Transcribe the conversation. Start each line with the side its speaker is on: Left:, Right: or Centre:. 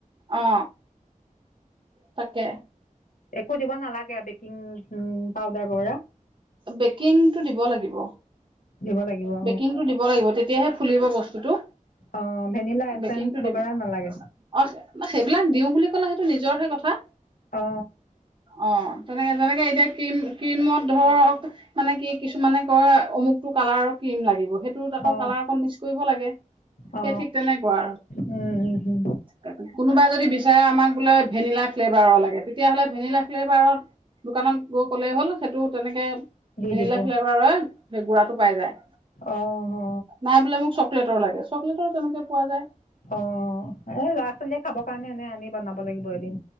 Right: অ তাকে
Left: একো দিব নালাগে বেকিং পাউদাৰ ব
Right: বেকিংটো দিব লাগিব
Left: দিব লাগিব অ
Right: বেকিংটো দিব লাগিব তেতিয়াহে ফুলিব বস্তুটো
Left: অ ভেনিলা এচেঞ্চ
Right: বেকিংটো
Left: বগেৰা
Right: দিব
Left: নালাগে
Right: অ সেইবিলাক দিও বুলি ক'লে সেইটো নিজৰ হে কথা
Left: অ
Right: অ তেনেকে যেনেকে এতিয়া ক্ৰীম ক্ৰীমত ধৰক মানে কি কিছুমানে কয় অমুকটো কালাৰৰ ক্ৰীম লাগিব সেইটো আকৌ
Left: অ অ
Right: কালাৰ অকণ মিক্স কৰিব লাগে
Left: অ
Right: সেই ঠিক তেনেকুৱা
Left: উম
Right: আৰু কোনোবাই যদি আমাক বোলে ভেনিলা ফ্লেভাৰৰ লাগে তেতিয়াহ'লে ভেনিলা ফ্লেভাৰত দোকানত গৈ ক'লে হ'ল সেইটো তেনেকে
Left: দি
Right: ভেনিলা
Left: দিব
Right: ফ্লেভাৰ সেই গুড়টো পাই যায়
Left: অ অ
Right: নাই বোলে মোক চকলেটৰ লাগে চকলেটৰো তেনেকে পোৱা যায়
Left: অ এ ল'ৰা ছোৱালীয়ে খাব কাৰণে এনে আনি বনাব লাগিব এদিন